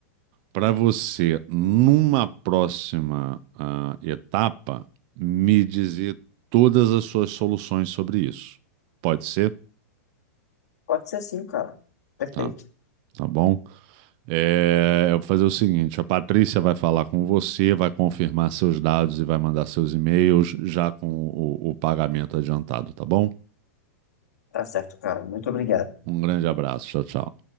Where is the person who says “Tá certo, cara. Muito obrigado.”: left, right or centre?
Left